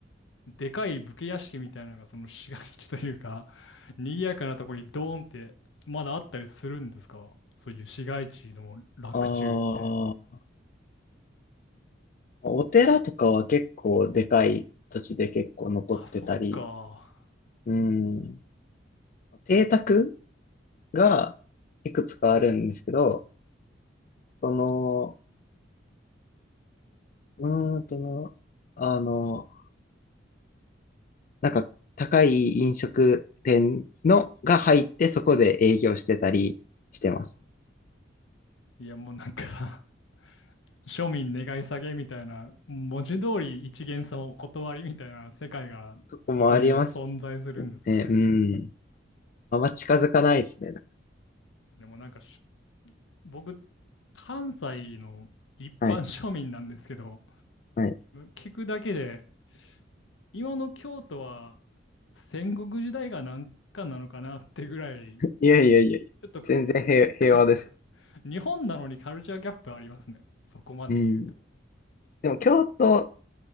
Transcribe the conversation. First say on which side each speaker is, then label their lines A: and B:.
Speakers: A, on the left (about 80°); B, on the left (about 45°).
A: でかい武家屋敷みたいなのがその市街地というか、<laughs> 賑やかなとこにドーンってまだあったりするんですかそういう市街地の洛中って。
B: あ、お寺とかは結構でかい土地で結構残ってたり、
A: あ、そっか。
B: うん。邸宅がいくつかあるんですけど、その、うーんと、あの、なんか高い飲食店のが入ってそこで営業してたりしてます。
A: いや、もうなんか <laughs> 庶民願い下げみたいな、文字通り一元様お断りみたいな世界がそこには存在するんですね。
B: そこもありますね。うん。あんま近づかないですね。
A: でもなんかし僕、関西の一般庶民なんですけど、
B: はい。はい
A: 聞くだけで、今の京都は戦国時代がなんかなのかなってぐらい、
B: いやいやいやいや、
A: ちょっと
B: 全然平、平和ですよ。
A: か <laughs> 日本なのにカルチャーギャップありますね。そこまで言うと。
B: うん。でも京都、